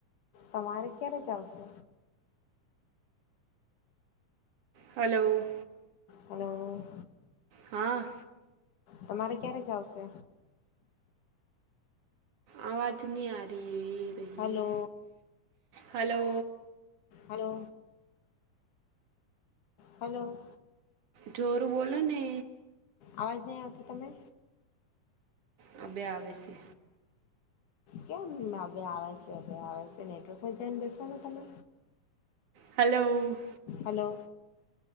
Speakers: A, on the left; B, on the right.
A: તમારે ક્યારે જશે.
B: હલો.
A: હલો.
B: હા.
A: તમારે ક્યારે જાવશે?
B: આવાજ અવાજની આતી એ ભાઈ,
A: હલો
B: હેલો.
A: Hello hello.
B: જોરું બોલો ને.
A: અવાજ નહી આવતો તમે?
B: આ બે આવે છે.
A: કેમ અ આવવા છે આવ નેટવર્કમાં જઈને બેસવાનું તમે.
B: હલો.
A: હલો